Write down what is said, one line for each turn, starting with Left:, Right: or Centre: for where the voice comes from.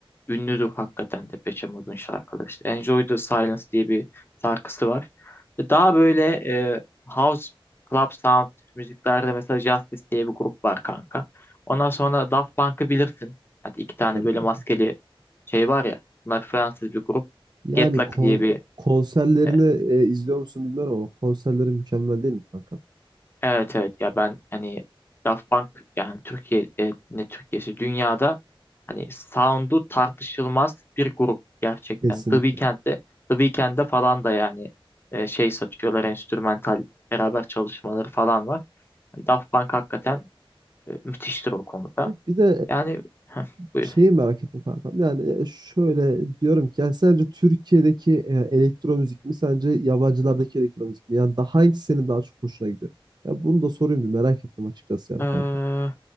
Left: Ünlüdür hakikaten de Depeche Mode'un şarkıları. İşte Enjoy the Silence diye bir şarkısı var. Ve Daha böyle e, house, club sound müziklerde mesela Justice diye bir grup var kanka. Ondan sonra Daft Punk'ı bilirsin. Hadi iki tane
Right: Bilmiyorum.
Left: böyle maskeli şey var ya. Bunlar Fransız bir grup.
Right: Yani
Left: Get Lucky
Right: kon-
Left: diye bir
Right: konserlerini
Left: e,
Right: e, izliyor musun bilmiyorum ama konserleri mükemmel değil mi kanka?
Left: Evet evet ya ben hani Daft Punk yani Türkiye e, ne Türkiye'si dünyada hani sound'u tartışılmaz bir grup gerçekten.
Right: Kesinlikle.
Left: The Weeknd'de The Weeknd'de falan da yani e, şey satıyorlar enstrümantal beraber çalışmaları falan var. Hani Daft Punk hakikaten e, müthiştir o konuda.
Right: Ya Bir de
Left: Yani heh,
Right: e,
Left: buyur.
Right: şeyi merak ettim kankam. Yani e, şöyle diyorum ki yani sence Türkiye'deki e, elektro müzik mi sence yabancılardaki elektro müzik mi? Yani daha hangisi senin daha çok hoşuna gidiyor? Ya bunu da sorayım bir merak ettim açıkçası yani
Left: Ee,
Right: kanka.